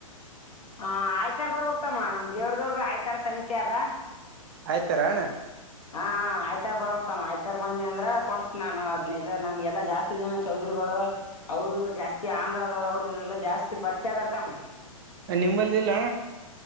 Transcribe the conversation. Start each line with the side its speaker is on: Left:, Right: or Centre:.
Left: ಹಾ ಆಯ್ತಾರ್ ಬರ್ ಹೋಗ್ತಮ್ಮ ನಮ್ದ ದೇವ್ರ ದವ್ರಗ ಆಯ್ತಾರ ಸಂತೆ ಅದ
Right: ಆಯ್ತಾರ ಅಣ್ಣ
Left: ಹಾ ಆಯ್ತಾರ ಬರ ಹ್ತಮ್ಮ ಆಯ್ತ ತರ ಬಂದಿ ಅಂದ್ರ ಕೊಡ್ಸ ನಾನು ಹದ್ನೈದು ನನ್ಗೆಲ್ಲಾ ಜಾಸ್ತಿ ದನ ಚೌದರಿಗಳು ಅವ್ರರುವ್ರು ಜಾಸ್ತಿ ಆಂಧ್ರದವ್ರ ಅವ್ರರು ಲ್ಲ ಜಾಸ್ತಿ ಪರಿಚಯ ಅದ ಅರ್ಥಮ್ಮ
Right: ನಿಮ್ಮಲಿಲ್ಲ